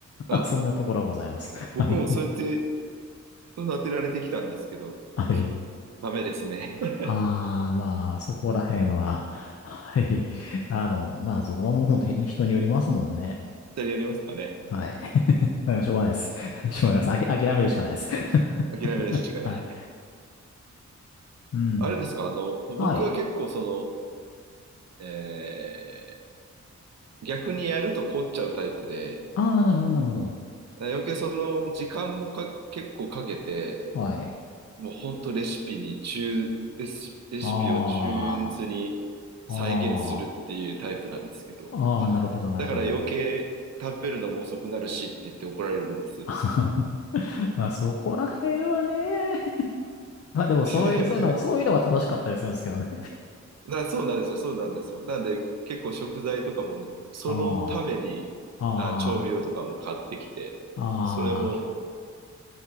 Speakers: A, on the right; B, on the left.
A: あ、
B: <laughs> そんなところはございます。
A: 僕もそうやって
B: はい。
A: 育てられてきたんですけど、
B: はい。
A: ダメですね。<laughs>
B: ああ、まあ、そこら辺は、<laughs> はい。あの、まあ、そこはもう本当に人によりますもんね。
A: 二人やりますかね。
B: はい。<laughs> だからしょうがないです。<laughs> しょうがないです。あき、諦めるしかないです。<laughs>
A: 諦めるしかない。
B: はい。うん。
A: あれですか、あの、ぼ僕は結構そ
B: はい。
A: の、えー逆にやると凝っちゃうタイプで、
B: ああ、なるほど、なるほど。
A: 余計その、時間もか、結構かけて、
B: はい。
A: もう本当レシピに忠、レシ、レシピを忠実に再現するっていうタイプなんですけど、
B: ああ、ああ、ああ、なるほど、なるほど。
A: だから余計食べるのも遅くなるしって言って怒られるんです。
B: <laughs> まあ、そこら辺はね。<laughs> まあ、でも、
A: <laughs>
B: そういう、そういうの、そういうのが楽しかったりするんですけどね。
A: なそうなんですよ、そうなんですよ。なんで結構食材とかも、そのためにあ調味料とかも買ってきて、
B: ああ、ああ、
A: それも
B: ああ。